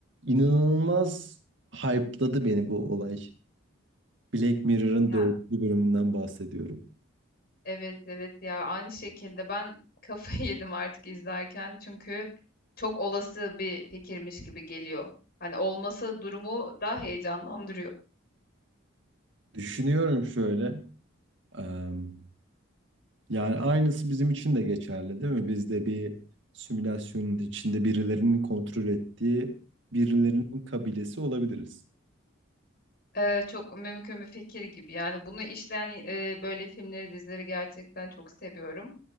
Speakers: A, on the right (about 55°); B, on the left (about 50°).
A: İnanılmaz hype'ladı beni bu olay. Black Mirror'ın
B: Ya
A: dördüncü bölümünden bahsediyorum.
B: evet evet ya aynı şekilde ben kafayı <laughs> yedim artık izlerken çünkü çok olası bir fikirmiş gibi geliyor. Hani olması durumu daha heyecanlandırıyor.
A: Düşünüyorum şöyle. em, yani aynısı bizim için de geçerli değil mi? Biz de bir simülasyonun içinde birilerinin kontrol ettiği birilerinin kabilesi olabiliriz.
B: Ee, çok mümkün bir fikir gibi. Yani bunu işleyen e, böyle filmleri, dizileri gerçekten çok seviyorum.